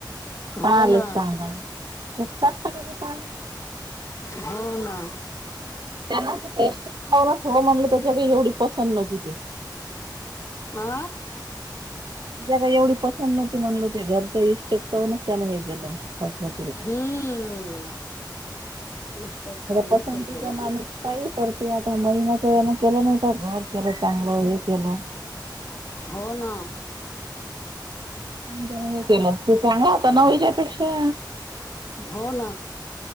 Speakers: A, on the left (about 40°); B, on the right (about 70°).
A: हो
B: हा
A: ना
B: लय चांगल हाय शिस्तात करायच काम
A: घाव ना
B: त्यांना तेट हो म्हणलं त्याच्या काही एवढी पसंत नव्हती ती
A: आं
B: जग एवढी पसंत नव्हती म्हणल ते घरच्या इस्टेट पाहूनच त्यान मी गेलोस
A: हम्म मिस्टेक पाहूनच
B: पसतीचा
A: हे केलं
B: मणुस काही करते आता महिनाच यान केलं नाही तर घर केलं चांगलं हे केलं
A: हो ना
B: त्या केलं तू चांगल होता ना हिच्यापेक्षा
A: हो ना